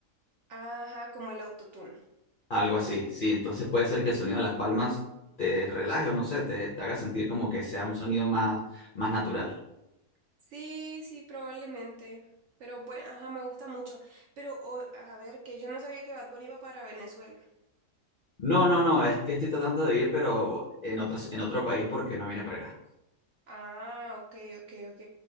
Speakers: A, on the right; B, on the left.
A: ajá, como el autotune.
B: Algo así, sí. Entonces puede ser que el sonido de las palmas te relaje o no sé, te, te haga sentir como que sea un sonido más, más natural.
A: Sí, sí, probablemente. Pero bueno, ajá, me gusta mucho. Pero o- a ver, que yo no sabía que Bad Bunny iba para Venezuela.
B: No, no, no, es que estoy tratando de ir, pero en otras, en otro país porque no viene para acá.
A: Ah, ok, ok, ok.